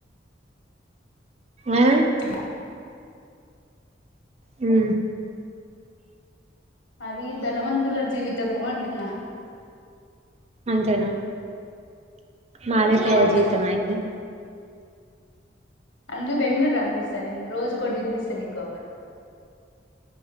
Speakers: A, on the left; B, on the right.
A: <unintelligible>
B: ఆ హ్మ్
A: అది ధనవంతుల జీవితము అంటున్న
B: అంతేనా మాదే
A: రోజుకో
B: పేద
A: వంటకం
B: జీవితమా అయితె
A: అందు బెంగళూరు రా బ్బుస్తా నేను రోజుకోటి తిపిస్త నీకు